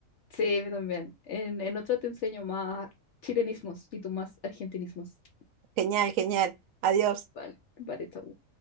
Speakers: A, on the left; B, on the right.
A: Sí, yo también. En, en otro te enseño más chilenismos y tú más argentinismos.
B: Genial, genial. Adiós.
A: Vale, vale, chau.